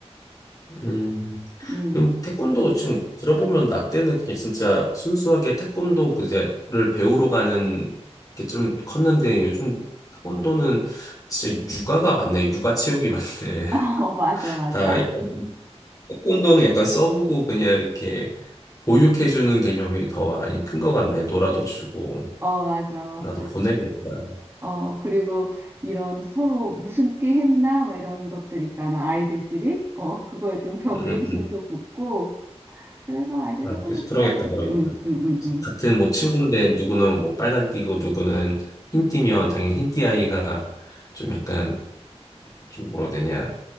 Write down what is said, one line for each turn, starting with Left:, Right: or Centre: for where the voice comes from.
Left: 음,
Right: 음.
Left: 그럼 태권도 지금 들어보면 나 때는 그냥 진짜 순수하게 태권도 그제를 배우러 가는 게 좀 컸는데 요즘 태권도는 진짜 육아가 많네. 육아 체육이 많네. <laughs>
Right: <laughs> 어 맞아 맞아.
Left: 다 약간, 태권도는 약간 써보고 그냥 이렇게 보육해주는 개념이 더 많이 큰 것 같네. 놀아도 주고,
Right: 어 맞아.
Left: 나도 보내겠다
Right: 어, 그리고 이런 서로 무슨 띠 했나? 막 이런 것들 있잖아. 아이들끼리. 어, 그거에 좀 경쟁심도
Left: 음, 음.
Right: 붙고. 그래서 아이들
Left: 아,
Right: 태권도
Left: 그,
Right: 좋아해.
Left: 그러겠다, 그러겠다.
Right: 응, 응, 응, 응.
Left: 같은 뭐 친구인데 누구는 뭐 빨간 띠고 누구는 흰 띠면 당연히 흰띠 아이가 좀 약간 좀 뭐라 해야 되냐.